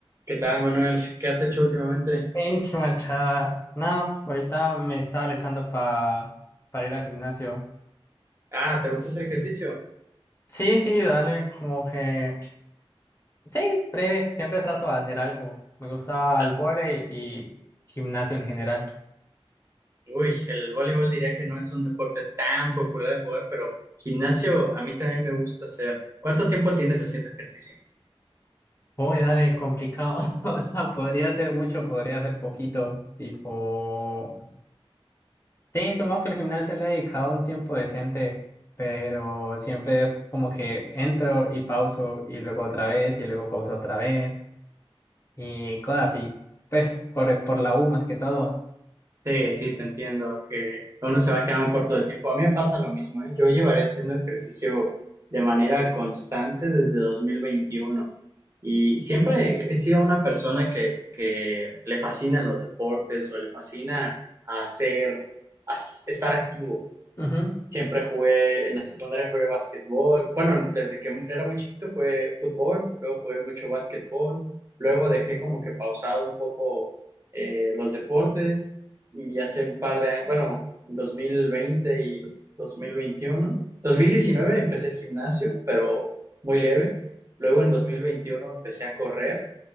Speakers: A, on the right; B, on the left.
A: ¿Qué tal, Manuel? ¿Qué has hecho últimamente?
B: Eh, qué manchada. Nada, ahorita me estaba alistando pa- para ir al gimnasio.
A: Ah, ¿te gusta hacer ejercicio?
B: Sí, sí, dale, como que. Sí, breve, siempre trato de hacer algo. Me gusta
A: Ah,
B: el vóley y gimnasio en general.
A: Uy, el voleibol diría que no es un deporte tan popular de jugar, pero gimnasio a mí también me gusta hacer. ¿Cuánto tiempo tienes haciendo ejercicio?
B: Uy, dale, complicado. <laughs> O sea, podría ser mucho, podría ser poquito. Tipo. Sí, supongo que el gimnasio le he dedicado un tiempo decente, pero siempre como que entro y pauso y luego otra vez y luego pauso otra vez. y cosas así. Pues por, por la U más que todo.
A: Sí, sí, te entiendo que uno se va quedando corto de tiempo. A mí me pasa lo mismo, ¿eh? Yo llevaré haciendo ejercicio de manera constante desde 2021 y siempre he sido una persona que, que le fascinan los deportes o le fascina hacer, as- estar activo.
B: Ujú,
A: Siempre jugué, en la secundaria jugué básquetbol. Bueno, desde que era muy chiquito jugué fútbol, luego jugué mucho básquetbol, luego dejé como que pausado un poco eh, los deportes y hace un par de años, bueno, 2020 y 2021. 2019 empecé el gimnasio, pero muy leve. Luego en 2021 empecé a correr,